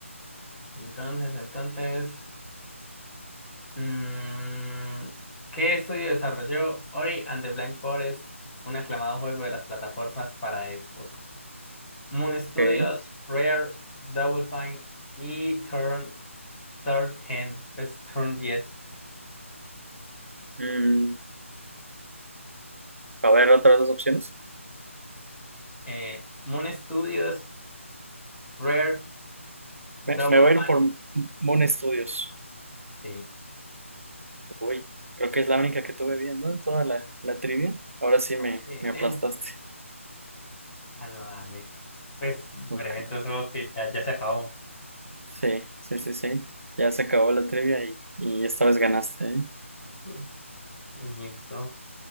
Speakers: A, on the left; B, on the right.
A: Entonces, entonces. Mm, ¿qué estudio desarrolló Ori and the Blind Forest, un aclamado juego de las plataformas para Xbox? Moon Studios,
B: Ok.
A: Rare, Double Fine y Turn, Turn 10, pues Turn 10.
B: Mm, a ver, otras dos opciones.
A: Eh, Moon Studios, Rare,
B: Me,
A: Double
B: me voy a
A: Fine.
B: ir por Moon Studios.
A: Sí,
B: Uy, creo que es la única que tuve bien, ¿no? Toda la, la trivia. Ahora sí
A: no,
B: me,
A: sí.
B: me aplastaste.
A: <laughs> Ah, no, dale. Pues breve,
B: Ok.
A: entonces supongo que ya, ya se acabó.
B: Sí, sí, sí, sí. Ya se acabó la trivia y, y esta vez ganaste, ¿eh?
A: Mm, Listo.